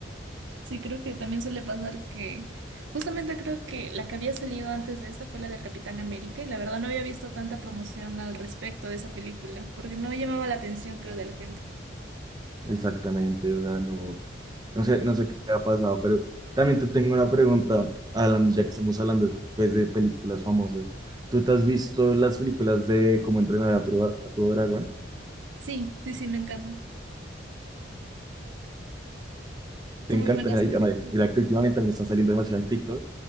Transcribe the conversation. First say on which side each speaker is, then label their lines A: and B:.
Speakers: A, on the right; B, on the right.
A: Sí, creo que también suele pasar que justamente creo que la que había salido antes de esta fue la del Capitán América y la verdad no había visto tanta promoción al respecto de esa película porque no llamaba la atención creo de la gente.
B: Exactamente, o sea, no, No sé, no sé qué ha pasado, pero también te tengo una pregunta, Alan, ya que estamos hablando pues de películas famosas. ¿Tú te has visto las películas de Cómo entrenar a tu, a tu dragón?
A: Sí, sí, sí, me encantan.
B: ¿Te
A: Son
B: encantan?
A: muy buenas
B: Ay,
A: películas.
B: amare, mira que últimamente también están saliendo demasiado en TikTok,